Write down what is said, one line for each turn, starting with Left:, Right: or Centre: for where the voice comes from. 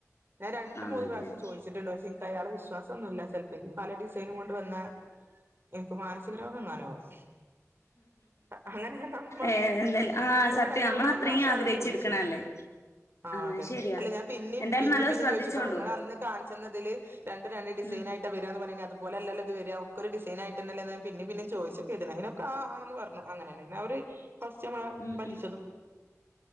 Right: ഞാൻ രണ്ട്
Left: ആഹ്
Right: മൂന്ന്
Left: അതെ
Right: പ്രാവശ്യം
Left: അതെ
Right: ചോയ്ച്ച്ട്ട്ണ്ട് പക്ഷെ ക്കയാളെ വിശ്വാസൊന്നൂല്ല, ചെൽപ്പെങ്കി പല ഡിസൈനും കൊണ്ട് വന്നാ ഇൻക്ക് മാനസിക രോഗെങ്ങാനും ആവും അങ്ങനെ നമ്മൾ,
Left: ഏഹ് എന്തായാലും ആഹ്
Right: ഞാൻ
Left: സത്യം
Right: രണ്ട്
Left: നമ്മളത്രയും
Right: മൂന്ന് പ്രാവശ്യം
Left: ആഗ്രഹിച്ചെടുക്കണല്ലേ
Right: അയാളോട് ചോയ്ച്ചു ആഹ് അതെ.
Left: അത് ശരിയാ
Right: അല്ലെ ഞാൻ പിന്നിം,
Left: എന്തായാലും
Right: പിന്നിം
Left: നല്ലോ
Right: പിന്നിം
Left: ശ്രദ്ധിച്ചോണ്ടു
Right: ചോദയ്ച്ച്ട്ടോ ഇങ്ങളന്ന് കാൺച്ചെന്നതില് രണ്ടും രണ്ട് ഡിസൈൻ
Left: ഉം
Right: ആയി ട്ട വരാന്ന് പറഞ്ഞീനി, അതുപോലല്ലൊ ഇത് വെരാ, ഒക്കൊരു ഡിസൈനായിട്ട്ന്നല്ലെന്ന് പിന്നിം പിന്നിം ചോയ്ച്ചൊക്കെയ്തീനി, അയ്നൊക്കെ ആഹ് ആന്ന് പർഞ് <unintelligible> അവര് ഫസ്റ്റമ്മളെ
Left: ഉം
Right: പറ്റിച്ചതും.
Left: ഉം